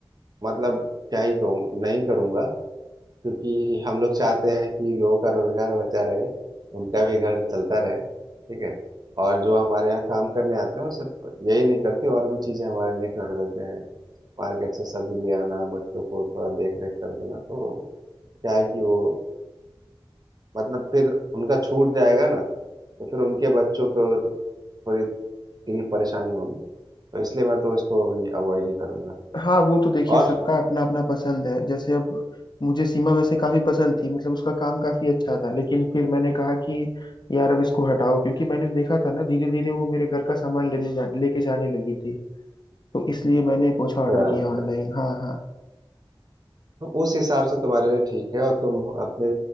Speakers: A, on the right; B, on the left.
A: मतलब क्या ही कहूँ नहीं करूँगा क्योंकि हम लोग चाहते हैं कि लोगों का रोजगार बचा रहे उनका भी घर चलता रहे ठीक है और जो हमारे यहाँ काम करने आते हैं वो सिर्फ यही नहीं करते और भी चीजें हमारे लिए कर देते हैं मार्केट से सब्जी ले आना बच्चों को थोड़ा देख रेख कर देना तो क्या है कि वो मतलब फिर उनका छूट जाएगा ना तो फिर उनके बच्चों को थोड़ी तकलीफ परेशानी होगी तो इसलिए मैं तो इसको अभी अवॉइड ही करूंगा
B: हाँ वो तो देखिए
A: और
B: सबका अपना अपना पसंद है जैसे अब मुझे सीमा वैसे काफी पसंद थी मतलब उसका काम काफी अच्छा था लेकिन फिर मैंने कहा कि यार अब इसको हटाओ क्योंकि मैंने देखा था ना धीरे धीरे वो मेरे घर का सामान लेने जा लेके जाने लगी थी तो इसलिए मैंने पोछा ऑर्डर
A: अच्छा
B: किया ऑनलाइन
A: अच्छा
B: हाँ हाँ
A: तो उस हिसाब से तुम्हारे लिए ठीक है और तुम अपने